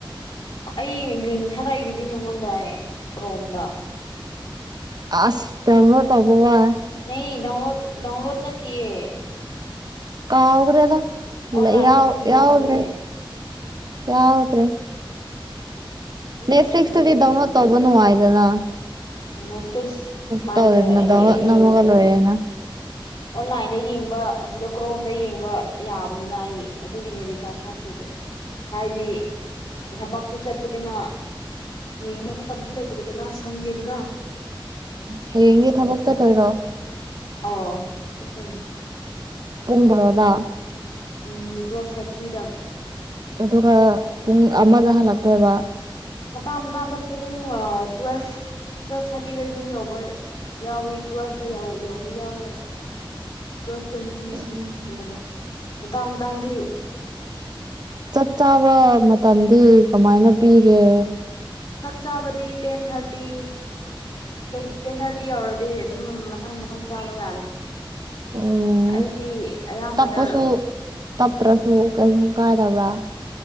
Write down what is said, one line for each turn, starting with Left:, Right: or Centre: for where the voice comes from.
Left: ꯑꯩ ꯂꯤꯡꯛ ꯊꯔꯥꯛ ꯏ ꯗꯨꯗꯤ ꯅꯉꯣꯟꯗ ꯑꯩ ꯀ꯭ꯔꯣꯝꯗꯥ
Right: ꯑꯁ ꯗꯥꯎꯟꯂꯣꯠ ꯇꯧꯕ ꯋꯥꯏ
Left: ꯅꯩ ꯗꯥꯎꯟꯂꯣꯠ ꯗꯥꯎꯟꯂꯣꯠ ꯅꯠꯇꯤꯌꯦ
Right: ꯀꯥꯎꯈ꯭ꯔꯦꯗ
Left: ꯑꯣꯟꯂꯥꯏꯟꯗ
Right: ꯂꯩ ꯌꯥꯎ
Left: ꯑꯗꯨꯝ ꯌꯦꯡꯗꯣꯏꯅꯦ
Right: ꯌꯥꯎꯗ꯭ꯔꯦ ꯌꯥꯎꯗ꯭ꯔꯦ
Left: ꯑꯣꯟꯂꯥꯏꯟꯗ
Right: ꯅꯦꯠꯐ꯭ꯂꯤꯛꯁꯇꯗꯤ
Left: ꯑꯗꯨꯝ ꯌꯦꯡꯉꯦ
Right: ꯗꯥꯎꯟꯂꯣꯠ ꯇꯧꯕ ꯅꯨꯡꯉꯥꯏꯗꯅꯥ
Left: ꯅꯦꯠꯐ꯭ꯂꯤꯛꯁ
Right: ꯀꯩꯁꯨ
Left: ꯄꯥꯏꯗ꯭ꯔꯦ
Right: ꯇꯧꯗꯦꯗꯅ
Left: ꯑꯩ
Right: ꯗꯥꯎꯟꯂꯣꯠ
Left: ꯑꯩ
Right: ꯅꯝꯃꯒꯜ ꯂꫭꯏꯔꯦꯅ
Left: ꯑꯣꯟꯂꯥꯏꯟꯗ ꯌꯦꯡꯕ ꯑꯁꯤꯗ ꯀ꯭ꯔꯣꯝꯗ ꯌꯦꯡꯕ ꯌꯥꯕꯅꯤꯅ ꯑꯩ ꯑꯗꯨꯒꯤꯅꯦ ꯔꯤꯆꯥꯔꯖ ꯍꯥꯞꯇꯔꯤꯗꫭ ꯍꯥꯏꯗꯤ ꯊꯕꯛꯁꯨ ꯆꯠꯄꯅꯤꯅ ꯌꯦꯡꯕ ꯃꯇꯝꯁꯨ ꯂꯩꯇ꯭ꯔꯦꯗꯅ ꯁꯪꯗꯦꯗꯅ
Right: ꯍꯌꯦꯡꯗꯤ
Left: ꯑꯗꯨꯒꯤ
Right: ꯊꯕꯛ ꯆꯠꯇꯣꯏꯔꯣ
Left: ꯑꯣ ꯆꯠꯇꯣꯏꯅꯦ
Right: ꯄꯨꯡ ꯕꯥꯔꯣꯗ
Left: ꯎꯝ ꯇꯨꯌꯦꯜꯐ ꯊꯥꯔꯇꯤꯗ
Right: ꯑꯗꯨꯒ
Left: ꯆꯠꯀꯅꯤ
Right: ꯄꯨꯡ ꯑꯃꯗ ꯍꯜꯂꯛꯇꯣꯏꯕ
Left: ꯃꯇꯥꯡ ꯃꯇꯥꯡꯗ ꯄꯨꯡ ꯇꯨꯋꯦꯜꯐ ꯇꯨꯋꯦꯜꯐ ꯊꯥꯔꯇꯤꯗ ꯌꯨꯝ ꯌꯧꯕ ꯌꯥꯎꯋꯤ ꯇꯨꯋꯦꯜꯐꯇ ꯌꯧꯕ ꯌꯥꯎꯋꯤ ꯑꯗꯨꯃꯥꯏꯅ ꯇꯨꯋꯦꯜꯐ ꯇ꯭ꯋꯦꯟꯇꯤ
Right: ꯎꯝ
Left: ꯁꯤ ꯑꯗꯨꯒꯨꯝꯕ ꯃꯇꯥꯡ ꯃꯇꯥꯡꯗꯤ
Right: ꯆꯞ ꯆꯥꯕ ꯃꯇꯝꯗꯤ ꯀꯃꯥꯏꯅ ꯄꯤꯒꯦ
Left: ꯆꯥꯛ ꯆꯥꯕꯗꯤ ꯇꯦꯟ ꯊꯥꯔꯇꯤ ꯇꯦꯛ ꯇꯦꯟ ꯊꯥꯔꯇꯤ ꯌꯧꯔꯗꯤ ꯑꯗꯨꯝ ꯃꯊꯪ ꯃꯊꯪ ꯆꯥꯕ ꯌꯥꯔꯦ
Right: ꯎꯝ
Left: ꯑꯩꯗꯤ ꯑꯌꯥꯝꯕꯗ
Right: ꯇꯞꯄꯁꯨ ꯇꯞꯇ꯭ꯔꯁꯨ ꯀꯩꯁꯨꯨꯝ ꯀꯥꯏꯗꯕ꯭ꯔꯥ